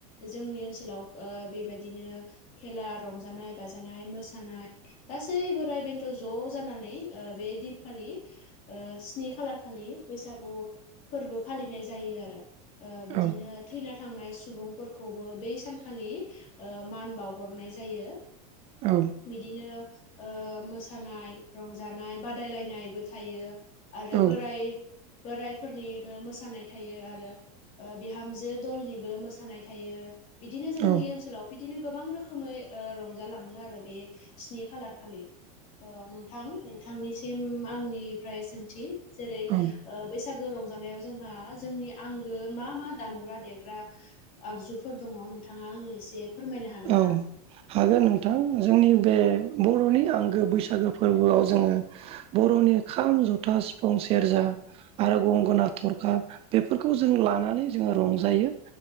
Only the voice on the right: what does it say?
औ
औ
औ
औ
औ
औ
हागोन नोंथां
जोंनि बे
बर'नि आंगो बैसागो फोरबोआव जोंङो बर'नि खाम जथा सिफुं सेरजा आरो गंगोना थरखा बेफोरखौ जों लानानै जोंङो रंजायो।